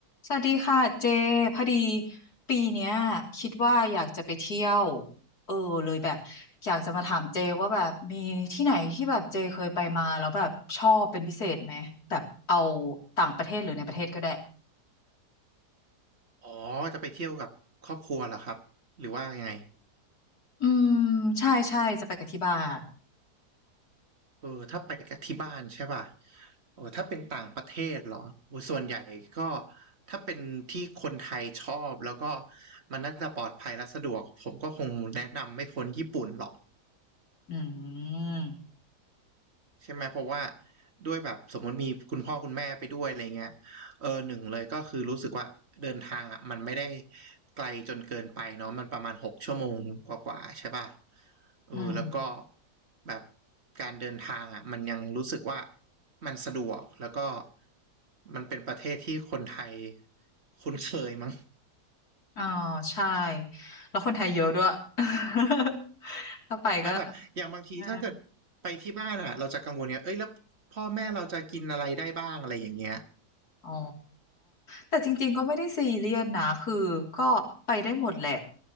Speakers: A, on the left; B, on the right.
A: สวัสดีค่ะเจพอดีปีเนี้ยคิดว่าอยากจะไปเที่ยวเออเลยแบบอยากจะมาถามเจว่าแบบมีที่ไหนที่แบบเจเคยไปมาแล้วแบบชอบเป็นพิเศษไหมแบบเอาต่างประเทศหรือในประเทศก็ได้
B: อ๋อจะไปเที่ยวกับครอบครัวเหรอครับหรือว่ายังไง
A: อืมใช่ใช่จะไปกับที่บ้าน
B: เออถ้าไปกับที่บ้านใช่ป่ะโอ้ถ้าเป็นต่างประเทศเหรอโอ้ส่วนใหญ่ก็ถ้าเป็นที่คนไทยชอบแล้วก็มันน่าจะปลอดภัยและสะดวกผมก็คงแนะนำไม่พ้นญี่ปุ่นหรอก
A: อืม
B: ใช่ไหมเพราะว่าด้วยแบบสมมติมีคุณพ่อคุณแม่ไปด้วยอะไรเงี้ยเออหนึ่งเลยก็คือรู้สึกว่าเดินทางอ่ะมันไม่ได้ไกลจนเกินไปเนาะมันประมาณหกชั่วโมงกว่าๆใช่ป่ะเออแล้วก็
A: อืม
B: แบบการเดินทางอ่ะมันยังรู้สึกว่ามันสะดวกแล้วก็มันเป็นประเทศที่คนไทยคุ้นเคยมั้ง
A: อ๋อใช่แล้วคนไทยเยอะด้วย <laughs> ถ้าไปก็
B: ใช่ไหมแบบอย่างบางทีถ้าเกิดไปที่บ้านอ่ะเราจะกังวลเงี้ยเอ้ยแล้วพ่อแม่เราจะกินอะไรได้บ้างอะไรอย่างเงี้ย
A: เออ อ๋อ แต่จริงๆ ก็ไม่ได้ซีเรียสนะคือก็ไปได้หมดแหละ